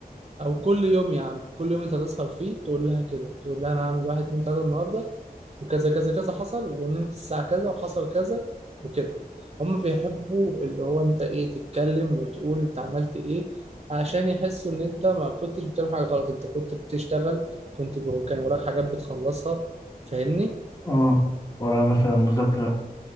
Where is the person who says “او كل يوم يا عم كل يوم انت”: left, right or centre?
Right